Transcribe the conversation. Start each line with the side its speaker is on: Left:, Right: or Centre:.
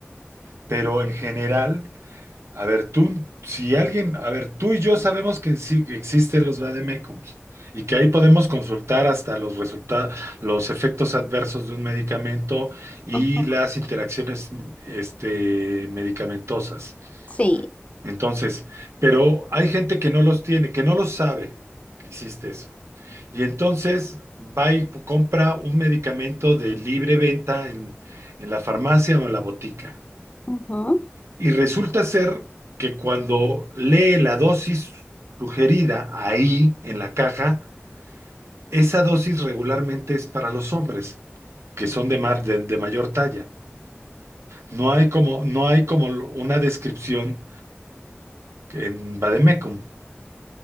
Right: pero en general, a ver, tú, si alguien, a ver, tú y yo sabemos que sí que existen los vademécums y que ahí podemos consultar hasta los resultados, los efectos adversos de un medicamento y
Left: Ujú.
Right: las interacciones, este, medicamentosas.
Left: Sí.
Right: Entonces, pero hay gente que no los tiene, que no los sabe que existe eso. Y entonces va y p- compra un medicamento de libre venta en, en la farmacia o en la botica.
Left: Ujú.
Right: Y resulta ser que cuando lee la dosis sugerida ahí en la caja, esa dosis regularmente es para los hombres, que son de, mar- de, de mayor talla. No hay como, no hay como una descripción en Vademecum.